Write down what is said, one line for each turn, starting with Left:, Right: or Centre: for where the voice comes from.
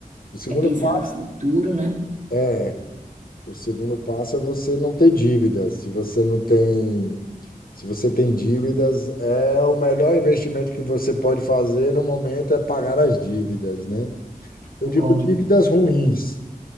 Left: O segundo
Right: é pensar
Left: passo
Right: no futuro, né?
Left: é, é, o segundo passo é você não ter dívidas. Se você não tem, se você tem dívidas, é o melhor investimento que você pode fazer no momento é pagar as dívidas, né? Eu
Right: Concordo.
Left: digo dívidas ruins